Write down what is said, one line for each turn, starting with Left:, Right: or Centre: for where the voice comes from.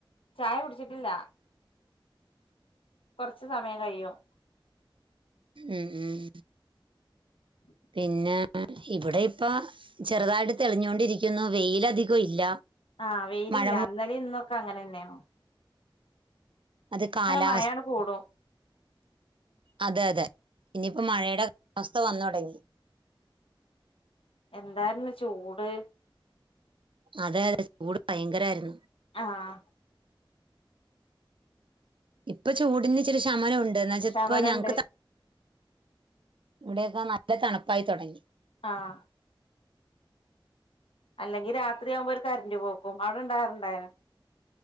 Left: ചായ കുടിച്ചിട്ടില്ല കൊറച്ച് സമയം കഴിയും
Right: ഉം ഉം
Left: <unintelligible>
Right: പിന്നെ ഇവിടെ ഇപ്പം ചെറുതായിട്ട് തെളിഞ്ഞുകൊണ്ടിരിക്കുന്നു വെയിലധികം ഇല്ല
Left: ആഹ് വെയിലില്ല
Right: മഴ മൂ-
Left: ഇന്നലിം ഇന്നൊക്കെ അങ്ങനെന്നെണ്
Right: അത് കാലാവസ്
Left: മഴാണ് കൂടും
Right: അതെ അതെ ഇനിയിപ്പോ മഴയുടെ അവസ്ഥ വന്ന് തൊടങ്ങി
Left: എന്തായിരുന്നു ചൂട്
Right: അതെ അതെ ചൂട് ഭയങ്കരമായിരുന്നു
Left: ആഹ്
Right: ഇപ്പൊ ചൂടിന് ഇച്ചിരി ശമനം ഉണ്ട് എന്ന വെച്ചാ
Left: ശമനണ്ട്
Right: ഇപ്പ ഞങ്ങക്ക് ഇവിടെയൊക്കെ നല്ല തണുപ്പായി തുടങ്ങി
Left: ആഹ് അല്ലെങ്കി രാത്രിയാവുമ്പോൾ ഒരു കറണ്ട് പോക്കും അവിടെ ഉണ്ടായറുണ്ടായരുന്ന